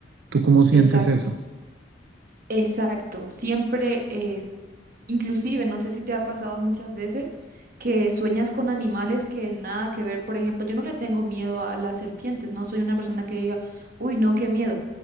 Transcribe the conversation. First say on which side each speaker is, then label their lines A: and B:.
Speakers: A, on the right; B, on the right.
A: ¿Tú cómo sientes
B: Exacto,
A: eso?
B: exacto. Siempre, eh, Inclusive, no sé si te ha pasado muchas veces que sueñas con animales que nada que ver. Por ejemplo, yo no le tengo miedo a las serpientes, no soy una persona que diga, uy, no, qué miedo.